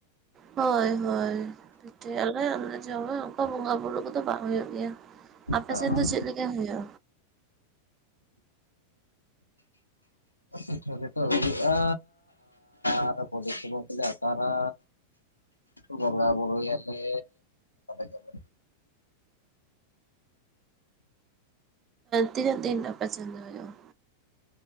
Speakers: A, on the right (about 30°); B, on the left (about 85°).
A: ᱦᱚᱭ ᱦᱚᱭ ᱯᱤᱴᱷᱟᱹᱭᱟᱞᱮ ᱟᱨᱞᱮ ᱡᱚᱢᱟ ᱚᱱᱠᱟ ᱵᱚᱸᱜᱟ ᱵᱩᱨᱩ ᱠᱚᱫᱚ ᱵᱟᱝ ᱦᱩᱭᱩᱜ ᱜᱮᱭᱟ᱾ ᱟᱯᱮᱥᱮᱱ
B: ᱟᱨ
A: ᱫᱚ ᱪᱮᱫ ᱞᱮᱠᱟ ᱦᱩᱭᱩᱜᱼᱟ?
B: ᱯᱤᱴᱷᱟᱹ ᱞᱮᱴᱚ ᱦᱩᱭᱩᱜᱼᱟ ᱟᱨ ᱵᱩᱰᱷᱤ ᱠᱩᱢᱵᱟᱹ ᱠᱚᱞᱮ ᱟᱛᱟᱨᱟ᱾ ᱵᱚᱸᱜᱟ ᱵᱩᱨᱩᱭᱟᱞᱮ ᱡᱚᱢᱟ
A: ᱛᱤᱱᱟᱹᱜ ᱫᱤᱱ ᱟᱯᱮ ᱥᱮᱱ ᱫᱚ ᱦᱩᱭᱩᱜᱼᱟ?